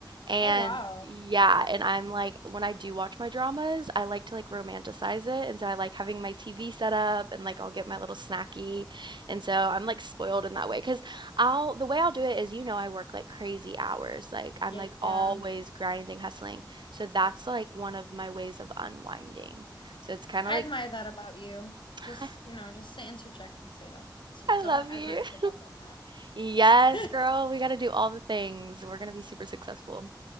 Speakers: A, on the right; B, on the left.
A: And
B: Oh wow.
A: yeah, and I'm like when I do watch my dramas, I like to like romanticize it. And so I like having my TV set up and like I'll get my little snacky. And so I'm like spoiled in that way. because 'Cause I'll the way I'll do it is you know I work like crazy hours. Like I'm
B: Yeah.
A: like always grinding, hustling. So that's like one of my ways of unwinding. So it's kind
B: I
A: of like
B: admire that about you.
A: <laughs>
B: Just, you know, just to interject and say that to you.
A: I
B: Don't
A: love
B: ever
A: you.
B: give
A: <laughs>
B: up on that.
A: Yes, girl,
B: <laughs>
A: we got to do all the things. We're going to be super successful.